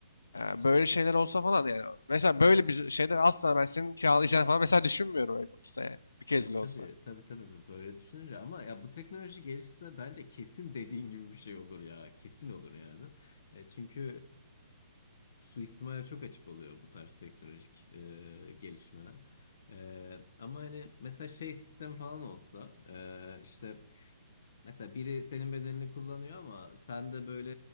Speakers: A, on the left (about 85°); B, on the left (about 55°).
A: Ee,
B: İşte
A: böyle şeyler olsa falan yani. Mesela böyle bir şeyde asla ben senin kiralayacağını falan mesela düşünmüyorum öyle olsa yani. Bir kez
B: ya
A: bile
B: tabii
A: olsa.
B: tabii tabii böyle düşününce ama ya bu teknoloji gelişse bence kesin dediğin gibi bir şey olur ya. Kesin olur yani. E, çünkü e, suistimale çok açık oluyor bu tarz teknolojik e, gelişmeler. E, ama hani mesela şey sistem falan olsa e, işte Mesela biri senin bedenini kullanıyor ama sen de böyle